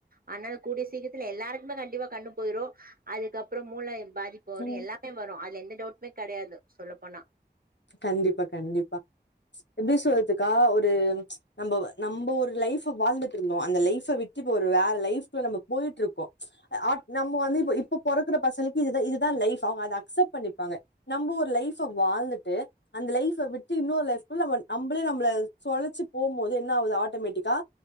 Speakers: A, on the right; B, on the left.
A: ஆனால கூடிய சீக்கிரத்துல எல்லாருக்குமே கண்டிப்பா கண்ணு போயிரு அதுக்கு அப்புற மூளை பாதிப் பு வரு
B: ம்
A: எல்லாமே வரு அதுல எந்த டவுட்மே கெடையாது சொல்ல போனா
B: கண்டிப்பா கண்டிப்பா எப்டி சொல்றதுக்கா ஒரு நம்ம நம்ம ஒரு லைஃபு வாழ்ந்துட் இருந்தோ அந்த லைஃப விட் கிப்ப ஒரு வேற லைஃப்குல்ல நம்ம போயிட்ருக்கோ அ நம்ம வந்து இப்ப இப்ப பொறக்கற பசங்களுக்கு இதுதா இதுதா லைஃப் அவுங்க அத அக்செப்ட் பண்ணிப்பாங்க நம்ப ஒரு லைஃப்ப வாழ்ந்துட்டு அந்த லைஃப்ப விட்டு இன்னொரு லைஃப்குள்ள வன் நம்புளே நம்ள சொழச்சு போம்போது இன்ன ஆவ்து ஆட்டோமேட்டிக்கா